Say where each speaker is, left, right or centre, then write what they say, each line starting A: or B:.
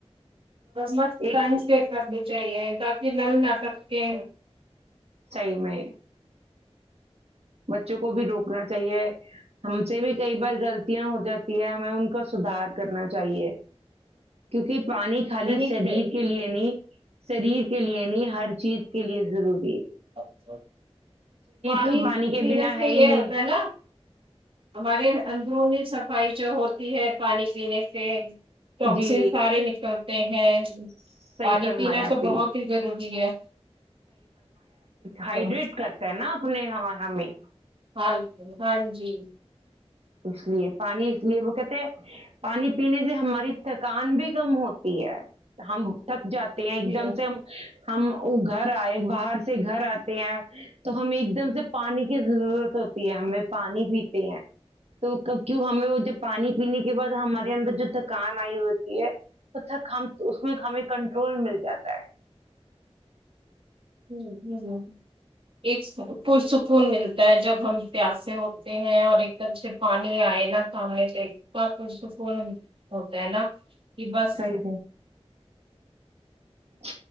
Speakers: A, on the right (about 55°); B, on the right (about 70°).
A: مت
B: ایک
A: فنس دیک کرنی چاہیے تاکہ ج نل نہ سب کے
B: صی میں بچوں کو بھی روکنا چاہیے ہم سے بھی کئی بار غلطیاں ہو جاتی ہے ہمیں ان کا سدھار کرنا چاہیے کیونکہ پانی خالی
A: صحیح
B: شریر
A: سے
B: کے لیے نہیں سری کے لیے نہیں ہر چیز کے لیے ضرور
A: ہ پانی
B: تو کے
A: پینے
B: بنا
A: سے
B: ہے ہی
A: یہ
B: نہیں
A: ہوتا ہے نا ہمارے اندرونی صفائی جو ہوتی ہے پانی کی جینے سے ٹواکس
B: جی
A: سارے نکلتے ہیں
B: صحیح
A: پانی
B: فرمایا
A: پینا تو
B: پی
A: بہت ہی ضروری ہے
B: ہائڈریٹ
A: تو
B: کرتے ہیں نا اپنے یہ ہمیں
A: ہاں ہاں جی
B: اس لیے پانی اس لیے وہ کہتے ہیں پانی پینے سے ہماری تھکان بھی کم ہوتی ہے ہم تک جاتے ہیں ایک
A: ہ
B: دم سے ہم وہ گھر آئے باہر سے گھر آتے ہیں تو ہمیں ایک دم سے پانی کی ضرورت ہوتی ہے ہمیں پانی پیتے ہیں تو کیوں ہمیں وہ جب پانی پینے کے بعد ہمارے اندر جو تھکان آئی ہوتی ہے وہ تھک ہم تو اس میں ہمیں کنٹرول مل جاتا ہے
A: ہ ہ ایک پرسکون ملتا ہے جب ہم پیاسے ہوتے ہیں اور ایک دم سے پانی آئے نا سامنے سے اتنا پرسکون ہوتا ہے نا کہ بس
B: صحیح ا